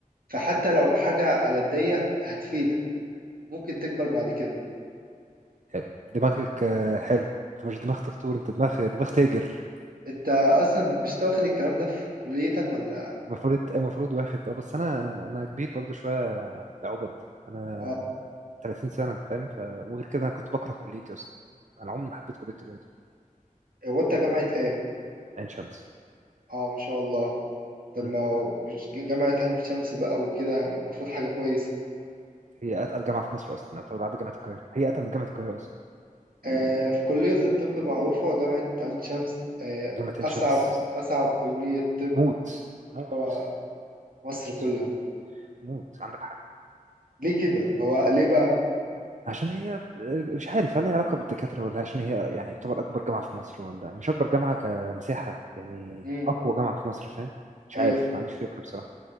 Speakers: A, on the right (about 85°); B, on the right (about 60°).
A: فحتى لو حاجة على الضيق هتفيدك ممكن تكبر بعد كده
B: حلو دماغك آه، حلو انت مش دماغ تخطور انت دماغ دماغ تاجر
A: أنت أصلا مش تاخد الكلام ده في كليتك ولا
B: المفروض المفروض واخد اه بس انا انا كبير برضو شويه يا عبد انا
A: آه،
B: 30 سنه فاهم ف... وغير كده انا كنت بكره كليتي اصلا انا عمري ما حبيت كليه التجاره دي
A: هو أنت جامعة إيه؟
B: عين شمس
A: اه ما شاء الله طب
B: مم.
A: ما هو
B: مم.
A: مش ج- جامعة عين شمس بقى وكده يعني المفروض حاجة كويسة
B: هي اتقل جامعه في مصر اصلا طبعا بعد جامعه القاهره هي اتقل من جامعه القاهره اصلا
A: آه في كلية الطب معروفة جامعة عين شمس آه
B: جامعه عين
A: أصعب
B: شمس
A: أصعب كلية طب
B: موت موت
A: آه، مصر
B: موت
A: كلها
B: موت عندك حق
A: ليه كده؟ هو ليه بقى؟
B: عشان هي آه، مش عارف هل لها علاقة بالدكاترة ولا عشان هي يعني يعتبر أكبر جامعة في مصر ولا مش أكبر جامعة كمساحة يعني
A: مم.
B: أقوى جامعة في مصر فاهم مش
A: أيوه
B: عارف ما عنديش فكرة بصراحة